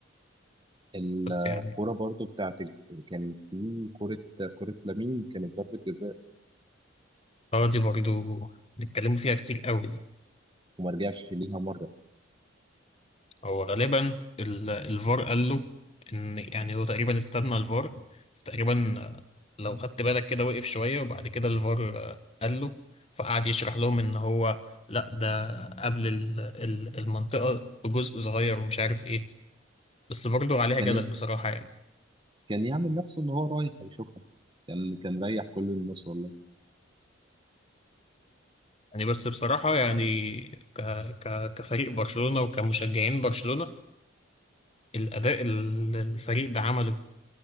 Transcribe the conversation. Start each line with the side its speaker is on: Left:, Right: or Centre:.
Right: الكورة
Left: بس يعني
Right: برضو بتاعت الج- كان في كورة كورة لامين كانت ضربة جزاء
Left: اه دي برضو نتكلموا فيها كتير قوي دي
Right: وما رجعش ليها مرة
Left: هو غالبا ال- الفار قال له ان يعني هو تقريبا استنى الفار تقريبا آه، لو خدت بالك كده وقف شوية وبعد كده الفار آه، قال له فقعد يشرح لهم ان هو لا ده قبل ال- ال- المنطقة بجزء صغير ومش عارف ايه بس برضو عليها
Right: كان
Left: جدل
Right: ي-
Left: بصراحة يعني
Right: كان يعمل نفسه ان هو رايح هيشوفها كان كان ريح كل الناس والله
Left: يعني بس بصراحة يعني ك... ك... كفريق برشلونة وكمشجعين برشلونة الأداء اللي الفريق ده عمله